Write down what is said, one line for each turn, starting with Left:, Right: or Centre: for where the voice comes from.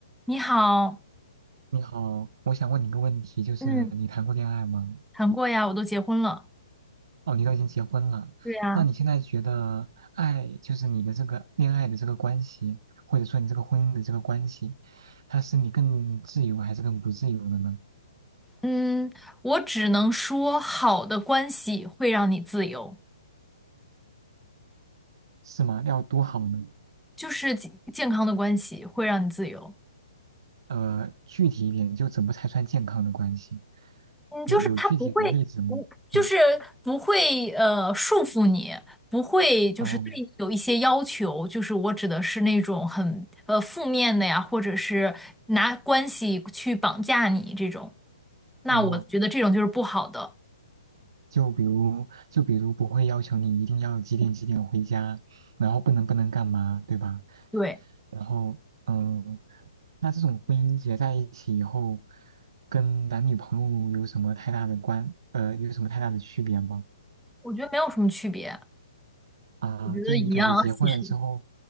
Centre: 你好，
Right: 你好，我想问你一个问题，就是你谈过恋爱吗？
Centre: 嗯，谈过呀，我都结婚了。
Right: 哦，你都已经结婚了，
Centre: 对呀，
Right: 那你现在觉得爱，就是你的这个恋爱的这个关系，或者说你这个婚姻的这个关系，它是你更自由还是更不自由的呢？
Centre: 嗯，我只能说，好的关系会让你自由，
Right: 是吗？要多好呢？
Centre: 就是健健康的关系会让你自由。
Right: 呃，具体一点，就怎么才算健康的关系？
Centre: 嗯，就是他不会，
Right: 有有具体的例子吗？
Centre: 不就是不会呃束缚你，
Right: 嗯，
Centre: 不会就是对你有一些要求。
Right: 哦
Centre: 就是我指的是那种很呃负面的呀，或者是拿关系去绑架你这种。那我觉得这种就是不好的。
Right: 哦，就比如就比如不会要求你一定要几点几点回家，然后不能不能干嘛，对吧？
Centre: 对，
Right: 然后，嗯，那这种婚姻结在一起以后，跟男女朋友有什么太大的关，呃，有什么太大的区别吗？
Centre: 我觉得没有什么区别。
Right: 啊，
Centre: 我觉得一样，
Right: 就你感觉结婚了之后，
Centre: 其实